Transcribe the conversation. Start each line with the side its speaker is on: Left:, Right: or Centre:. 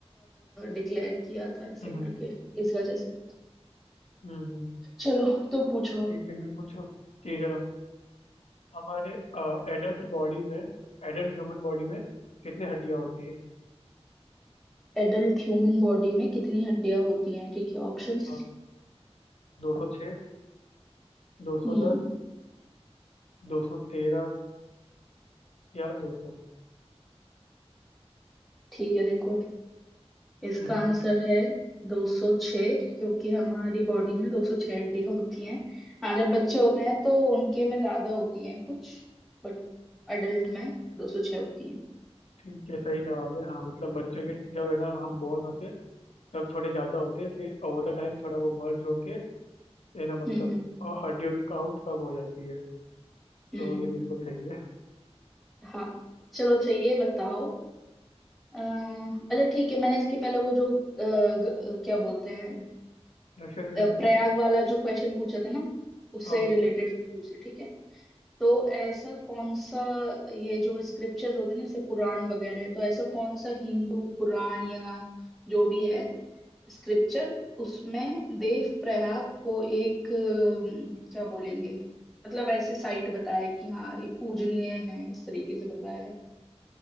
Centre: डिक्लेयर किया था ऐसे
Left: हम्म
Centre: करके इस वजह से
Left: हम्म हम्म,
Centre: चलो तो पूछो
Left: ठीक है मैं पूछूं ठीक है हमारे एडल्ट बॉडी में एडल्ट ह्यूमन बॉडी में कितने हड्डियां होती है
Centre: एडल्ट ह्यूमन बॉडी में कितनी हड्डियां होती हैं ठीक है ऑप्शंस
Left: हाँ, दो सौ छः दो सौ
Centre: हम्म
Left: दस दो सौ तेरह या दो सौ
Centre: ठीक है देखो इसका
Left: हम्म,
Centre: आंसर है 206 क्योंकि हमारी बॉडी में 206 हड्डी होती हैं हाँ जब बच्चे होते हैं तो उनके में ज्यादा होती हैं कुछ बट अडल्ट में 206 होती हैं
Left: ठीक है सही जवाब है हाँ मतलब बच्चे के जब है ना हम बोर्न होते तब थोड़े ज़्यादा होते फिर ओवर द टाइम थोड़ा वो मर्ज होके है ना मतलब
Centre: हम्म हम्म
Left: अ, हड्डियों की काउंट कम हो जाती है तो
Centre: हम्म,
Left: ये बिल्कुल सही है
Centre: हाँ चलो अच्छा ये बताओ अ, अच्छा ठीक है मैंने इसके पहले वो जो अ, ग, अ, क्या बोलते हैं
Left: Russian revolution
Centre: अ, प्रयाग वाला जो क्वेश्चन पूछा था ना उससे
Left: हाँ
Centre: रिलेटेड पूछे ठीक है तो ऐसा कौन सा ये जो स्क्रिप्चर होते हैं ना जैसे पुराण वगैरह है तो ऐसा कौन सा हिंदू पुराण या जो भी है स्क्रिप्चर उसमें देव प्रयाग को एक अ, क्या बोलेंगे मतलब ऐसे साइट बताया है कि हाँ ये पूजनीय है इस तरीके से बताया है